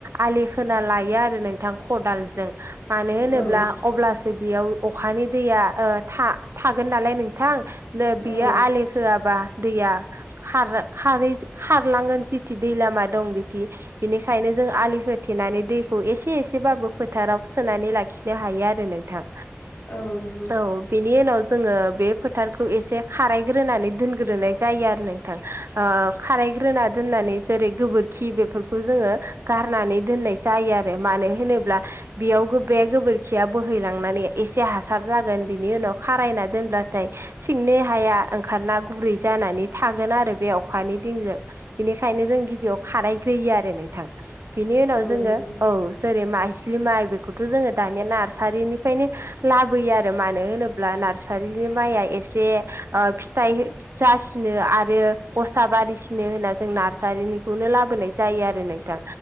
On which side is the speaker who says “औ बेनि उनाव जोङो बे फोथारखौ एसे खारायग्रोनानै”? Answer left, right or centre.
Right